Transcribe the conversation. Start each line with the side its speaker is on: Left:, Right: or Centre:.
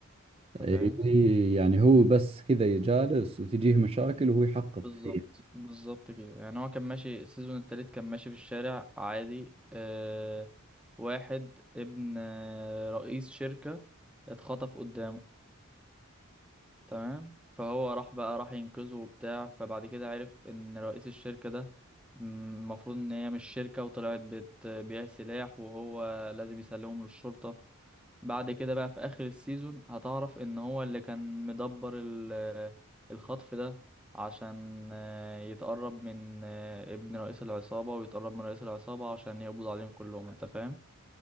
Right: اي
Centre: انت فاهم
Right: يعني هو بس كذا جالس وتجيه مشاكل وهو يحقق
Centre: بالظبط
Right: فيها
Centre: بالظبط كده يعني هو كان ماشي السيزون التالت كان ماشي في الشارع عادي آه واحد ابن آه، رئيس شركة اتخطف قدامه تمام فهو راح بقى راح ينقذه وبتاع فبعد كده عرف ان رئيس الشركة ده م- المفروض ان هي مش شركة وطلعت بتبيع سلاح وهو لازم يسلمهم للشرطة بعد كده بقى في اخر السيزون هتعرف ان هو اللي كان مدبر ال- الخطف ده عشان آه، يتقرب من آه، ابن رئيس العصابة ويتقرب من رئيس العصابة عشان يقبض عليهم كلهم انت فاهم